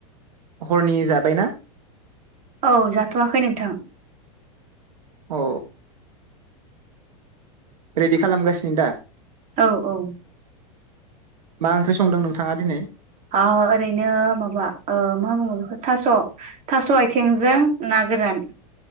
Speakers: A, on the right (about 85°); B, on the right (about 40°).
A: हरनि जाबायना?
B: औ जाथ'वाखै नोंथां।
A: औ। रेडि खालामगासिनो दा?
B: औ-औ।
A: मा ओंख्रि संदों नोंथाङा दिनै?
B: ओ ओरैनो माबा ओ मा बुङो बेखो थास'-थास' आथिंजों ना गोरान।